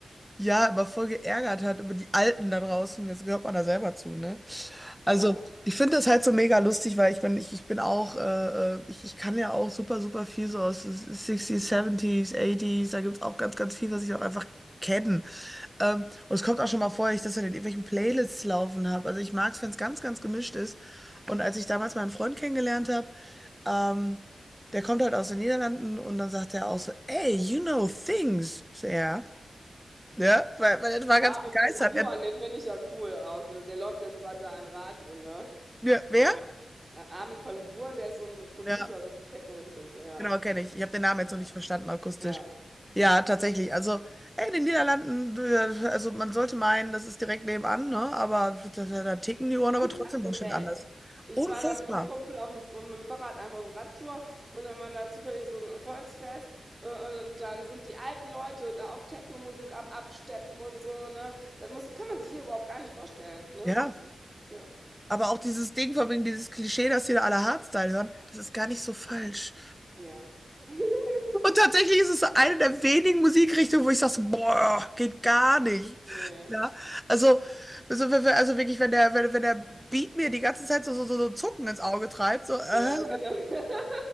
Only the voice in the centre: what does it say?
ja immer voll geärgert hat über die Alten da draußen. Jetzt gehört man da selber zu, ne?
Also, ich finde das halt so mega lustig, weil ich bin, ich, ich bin auch, äh, äh, ich, ich kann ja auch super, super viel so aus 60s, 70 da gibt es auch ganz, ganz viel, was ich auch einfach kenne. Ähm, und es kommt auch schon mal vor, dass ich das in irgendwelchen Playlists laufen habe. Also ich mag es, wenn es ganz, ganz gemischt ist. Und als ich damals meinen Freund kennengelernt habe, ähm, der kommt halt aus den Niederlanden und dann sagt er auch so, ey, you know things. Ich so, ja. Ja, weil, weil er war
ganz begeistert.
Er,
ja, wer?
Ja.
Genau, kenne ich. Ich habe den Namen jetzt noch
nicht verstanden, akustisch.
Ja, tatsächlich. Also, ey, in den Niederlanden, äh, also man sollte meinen, das ist direkt nebenan, ne? Aber da, da, da ticken die Uhren aber
trotzdem
ganz schön
anders.
Unfassbar.
Ja.
Aber auch dieses Ding von wegen dieses Klischee, dass hier alle Hardstyle hören, das ist gar nicht so falsch.
Und tatsächlich ist es eine der wenigen Musikrichtungen, wo ich sage, so, boah, geht gar nicht.
Ja, also, also, wenn wir- also wirklich, wenn der, wenn, wenn der Beat mir die ganze Zeit so, so, so so Zucken ins Auge treibt, so, äh,